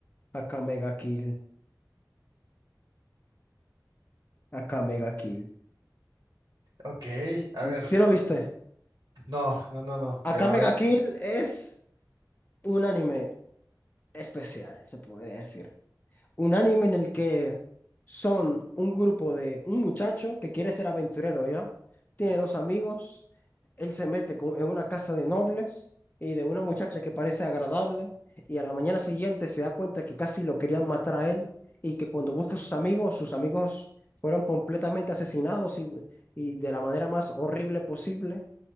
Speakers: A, on the left; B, on the right.
A: Acá Mega Kill. Acá Mega Kill.
B: Ok, a ver,
A: ¿Sí lo viste?
B: no, no, no, no,
A: Acá
B: pero
A: Mega
B: a ver,
A: Kill es un anime. especial, se podría decir. Un anime en el que son un grupo de un muchacho que quiere ser aventurero, ¿ya? Tiene dos amigos, él se mete con- en una casa de nobles y de una muchacha que parece agradable y a la mañana siguiente se da cuenta que casi lo querían matar a él y que cuando busca a sus amigos, sus amigos fueron completamente asesinados y, y de la manera más horrible posible.